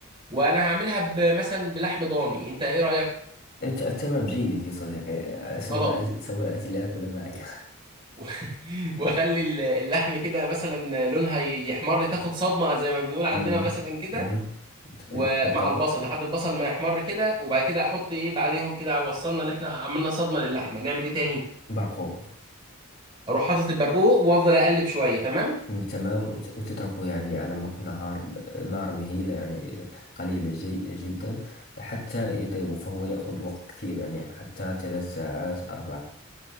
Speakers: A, on the right (about 25°); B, on the left (about 45°).
A: وانا هعملها ب- مثلا بلحم ضاني انت ايه رايك
B: ت- تمام جيد يا صديقي سوف
A: خلاص
B: آت- سوف آتي لآكل معك
A: و- و- <laughs> واخلي ال- اللحم كده مثلا لونها ي- يحمر تاخد صدمه زي ما بنقول عندنا
B: <laughs> أمم،
A: مثلا كده
B: مهم.
A: ومع
B: بالطبع
A: البصل لحد البصل ما يحمر كده وبعد كده احط ايه بعديهم كده وصلنا اللي احنا عملنا صدمه للحمه نعمل ايه تاني
B: برقوق
A: اروح حاطط البرقوق وافضل اقلب شويه تمام
B: أمم، تمام وت- وتتركه يعني على م- نهار نار مهيلة يعني قليلة جي جدا حتى يطيب فهو يأخذ وقت كثير يعني حتى ثلاث ساعات أربع